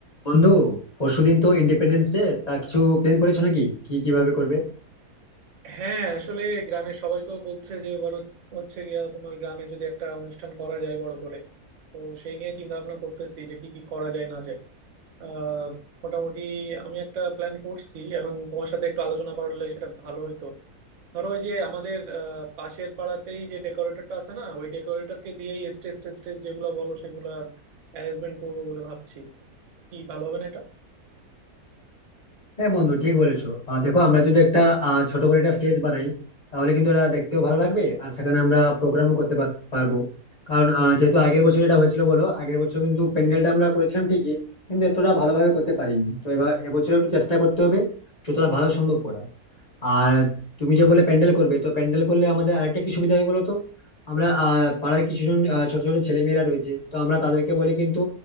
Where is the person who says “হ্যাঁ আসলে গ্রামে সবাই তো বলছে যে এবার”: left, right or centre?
Right